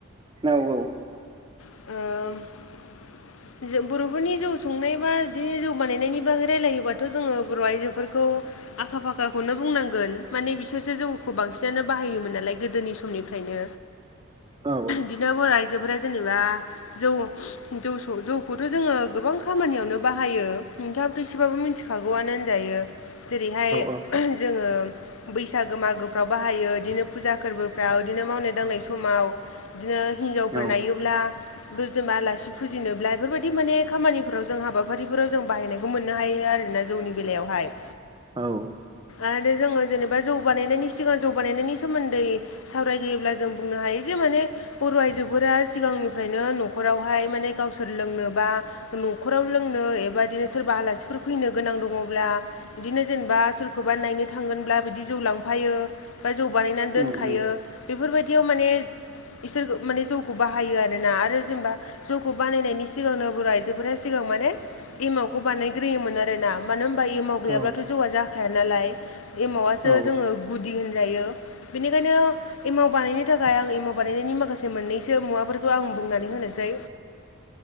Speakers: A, on the right; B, on the left.
A: औ औ।
B: ओ जों बर'फोरनि जौ संनाय बा बिदिनो जौ बानायनायनि बागै रायलायोबाथ' जोङो बर' आइजोफोरखौ। आखा फाखाखौनो बुंनांगोन माने बिसोरसो जौखौ बांसिनानो बाहायोमोन नालाय गोदोनि समनिफ्रायनो
A: औ
B: बिदिनो बर' आइजोफोरा जेनेबा जौ जौ जौखौथ' जोङो गोबां खामानियावनो बाहायो नोंथांआबोथ' एसेबाबो मिथिखागौआनो होनजायो। जेरैहाय
A: औ
B: जोङो। बैसागो मागोफ्राव बाहायो बिदिनो फुजा फोरबोफ्राव बिदिनो मावनाय दांनाय समाव बिदिनो हिनजावफोर
A: औ
B: नायोब्ला जेनबा आलासि फुजिनो बिइ बेफोरबायदि माने खामानिफोराव जों हाबाफारिफोराव जों बाहायनायखौ मोननो हायो आरोना जौनि बेलायावहाय
A: औ
B: आरो जोङो जेनेबा जौ बानायनायनि सिगां जौ बानायनायनि सोमोन्दै सावरायगोयोब्ला जों बुंनो हायो जे माने बर' आइजोफोरा सिगांनिफ्रायनो न'खरावहाय माने गावसोर लोंनोबा न'खराव लोंनो एबा बिदिनो सोरबा आलासिफोर फैनो गोनां दङब्ला बिदिनो जेनेबा सोरखौबा नायनो थांगोनब्ला बिदि जौ लांफायो ओमफ्राय जौ बानायनानै दोनखायो
A: उम उम
B: बेफोरबायदियाव माने इसोर माने जौखौ बाहायो आरोना आरो जेनेबा जौ खौ बानायनायनि सिगाङांनो आइजोफोरा सिगाङां माने एमावखौ बानायग्रोयोमोन आरो ना मानो होनबा एमाव गैयाब्लाथ'
A: औ
B: जौआ जाखाया नालाय एमावासो
A: औ
B: जोङो गुदि होनजायो बेनिखायनो एमाव बानायनो थाखाय आं एमाव बानायनायनि माखासे मोननैसो मुवाफोरखौ आं बुंनानै होनोसै